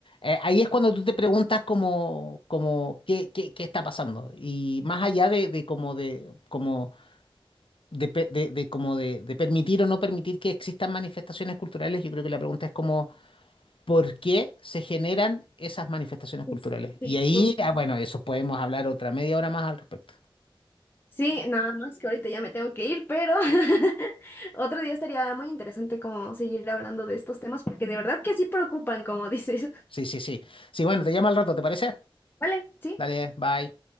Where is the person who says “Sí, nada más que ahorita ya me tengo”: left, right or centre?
Left